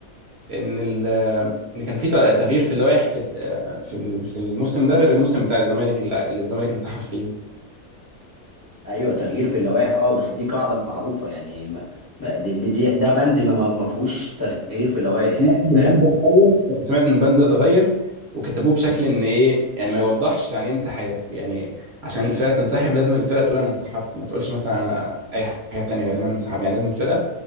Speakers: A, on the right; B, on the left.
A: ان ال... آه، ان كان في تغيير في اللوائح في في ال- في الموسم ده غير الموسم بتاع الزمالك اللي الزمالك انسحب فيه
B: ايوه تغيير في اللوائح اه بس دي قاعده معروفه يعني ما ما- دي دي دي- ده بند ما ما ما فيهوش تغيير في اللوائح
A: سمعت
B: يعني فاهم
A: ان البند ده اتغير سمعت ان البند ده اتغير وكتبوه بشكل ان ايه يعني ما يوضحش يعني ايه انسحاب يعني عشان الفرقه تنسحب لازم الفرقه تقول انا انسحبت ما تقولش مثلا انا أنا اي حاجه تانية غير ان انا انسحب يعني لازم الفرقه